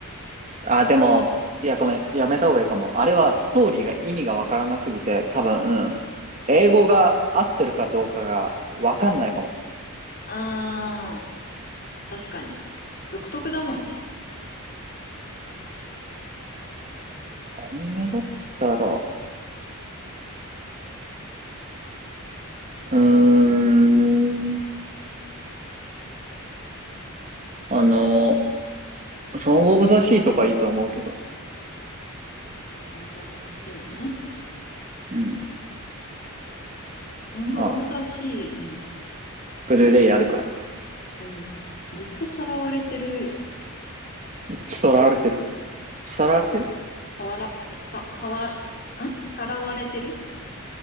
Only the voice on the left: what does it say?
うん。
うんああ、確かに。独特だもんね。
ソングオブザシーね。
ソングオブザシー、
うん。
ず、うん。ずっとさらわれてるよね。
さわら、さ、さ、さわ、んさらわれてる